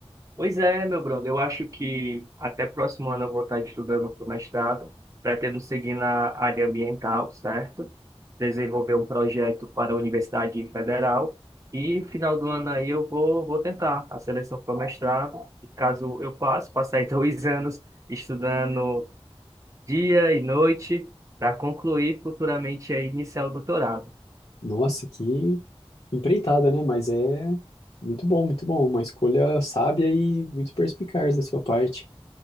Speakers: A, on the right; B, on the left.
A: Pois é, meu brother, eu acho que até próximo ano eu vou estar estudando para o mestrado, pretendo seguir na área ambiental, certo? Desenvolver um projeto para a Universidade Federal e final do ano aí eu vou, vou tentar a seleção para o mestrado, e caso eu passe, passei <laughs> dois anos estudando dia e noite para concluir futuramente aí iniciar o doutorado,
B: Nossa, que empreitada, né, mas é muito bom, muito bom, uma escolha sábia e muito perspicaz da sua parte.